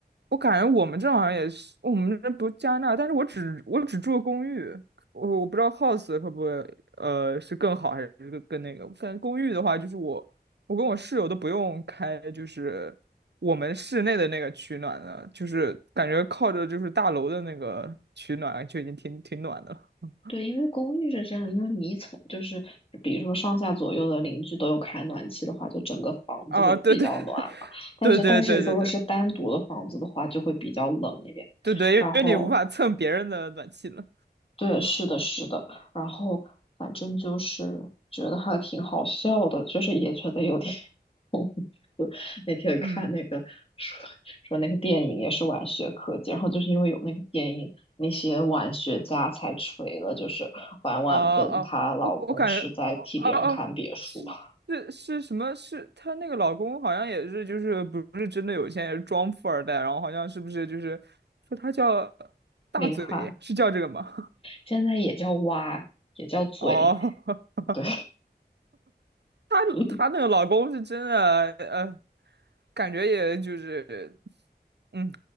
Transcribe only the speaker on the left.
对，因为公寓是这样，因为你一层就是比如说上下左右的邻居都有开暖气的话，就整个房子会比较暖嘛。
但是但是如果是单独的房子的话，
就会比较冷一点。
然后对，是的，是的。然后反正就是觉得还挺好笑的，就是也觉得有点 <laughs> 那天看那个说说那个电影也是晚学科技，
然后就是因为有那个电影，那些晚学家才锤了，就是婉婉跟她老公是在替别人看别墅。
<laughs>
林翰
现在也叫歪，也叫嘴，
对。
<laughs>